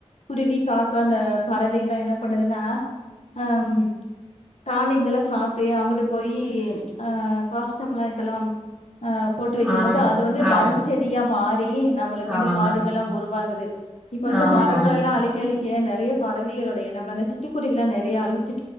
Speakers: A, on the left; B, in the centre.
A: குருவி காக்கா அந்த பறவைகள்ல எல்லாம் என்ன பண்ணுதுன்னா ம் தாணியங்கல்லாம் சாப்பி அங்கிட்டு போயி அ ககாஷ்டம்லாம் இதெல்லாம் அ போட்டு வைக்கும்
B: ஆம்
A: போது அது வந்து
B: ஆமா.
A: மரச்செடியா மாறி நம்மளுக்கு வந்து
B: ஆமா.
A: காடுகள்லாம் உருவாகுது இப்ப வந்து
B: ஆமாமா.
A: மரங்கள் எல்லாம் அழிக்க அழிக்க நிறைய பறவைைடைய இனம் அந்த சிட்டுக்குருவில்லாம் நிறைய அழிஞச்சிட்டு